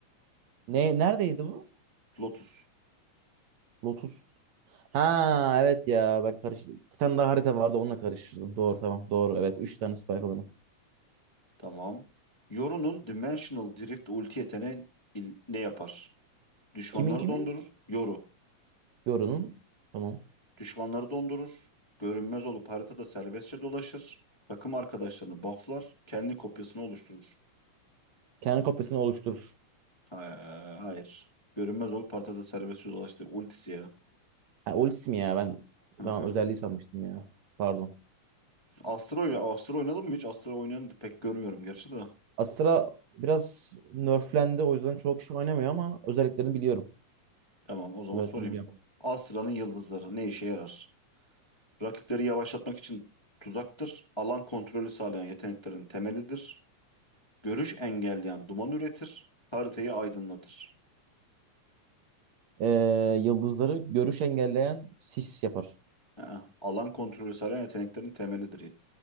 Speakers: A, on the right; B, on the left.
A: Ne neredeydi bu?
B: Lotus.
A: Lotus. Ha evet ya bak karıştırdım. Bir tane daha harita vardı onunla karıştırdım. Doğru tamam doğru
B: Of.
A: evet Üç tane spike alanı.
B: Tamam. Yoru'nun Dimensional Drift ulti yeteneği il- ne yapar? Düşmanları
A: Kimin kimin?
B: dondurur. Yoru.
A: Yoru'nun. Tamam.
B: Düşmanları dondurur. Görünmez olup haritada serbestçe dolaşır. Takım arkadaşlarını bufflar. Kendi kopyasını oluşturur.
A: Kendi kopyasını oluşturur.
B: Ha, hayır. Görünmez olup haritada serbestçe dolaştı. Ultisi ya.
A: Ha ultisi mi ya ben
B: Hı
A: tamam
B: hı.
A: özelliği sanmıştım ya. Pardon.
B: Astro, Astro oynadın mı hiç? Astro oynayanı pek görmüyorum gerçi de.
A: Astra biraz nerflendi o yüzden çok şey oynamıyor ama özelliklerini biliyorum.
B: Tamam o zaman
A: Özelliklerini
B: sorayım.
A: biliyorum.
B: Astra'nın yıldızları ne işe yarar? Rakipleri yavaşlatmak için tuzaktır. Alan kontrolü sağlayan yeteneklerin temelidir. Görüş engelleyen duman üretir. Haritayı aydınlatır.
A: Ee, yıldızları görüş engelleyen sis yapar.
B: Ha, alan kontrolü sağlayan yeteneklerin temelidir